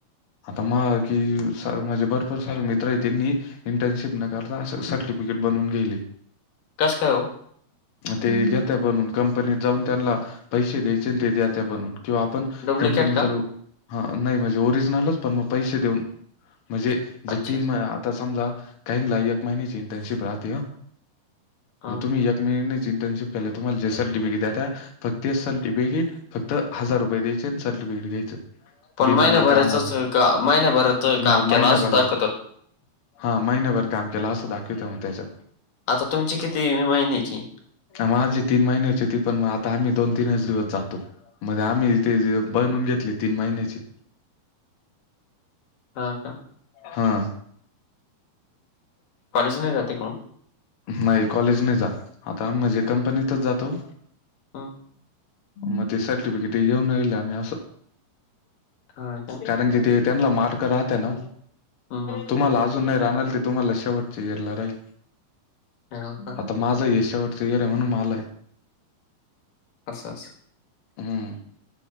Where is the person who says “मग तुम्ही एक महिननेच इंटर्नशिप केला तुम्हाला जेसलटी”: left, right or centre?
Left